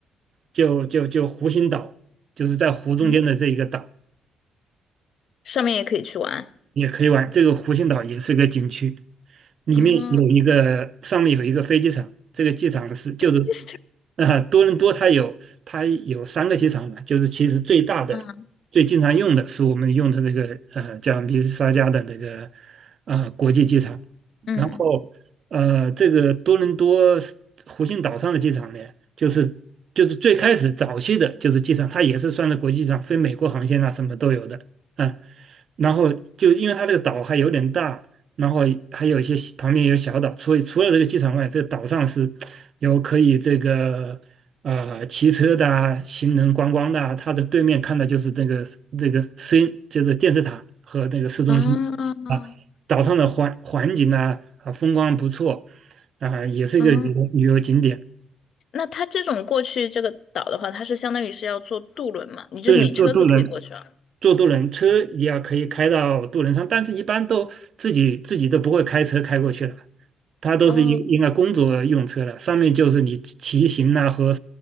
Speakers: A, on the right; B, on the left.
A: 就就就湖心岛，就是在湖中间的这一个岛，
B: 嗯上面也可以去玩
A: 也可以玩。这个湖心岛也是个景区。里面有一个上面有一个飞机场，
B: 啊，
A: 这个机场是就是，
B: 就是这
A: 啊，多伦多它有它有三个机场嘛，就是其实最大的、
B: 嗯
A: 最经常用的是我们用的这个呃叫米斯沙加的那个呃国际机场，
B: 嗯
A: 然后呃这个多伦多湖心岛上的机场呢，就是就是最开始早期的就是机场，它也是算是国际上飞美国航线啊什么都有的。啊。然后就因为它这个岛还有点大，然后还有一些小旁边有小岛，所以除了这个机场外，这个岛上是有可以这个呃骑车的啊、行人观光的啊。它的对面看的就是这个这个市就是电视塔和那个市中心啊。
B: 啊，
A: 岛上的环环境啊啊风光不错啊，也是一个旅游旅游景点。
B: 嗯，那它这种过去这个岛的话，它是相当于是要坐渡轮嘛？你就是你车子可以过去啊？
A: 对，坐渡轮坐渡轮车也要可以开到渡轮上，但是一般都自己自己都不会开车开过去了，他都是应应该工作用车了，
B: 哦
A: 上面就是你骑行呐、和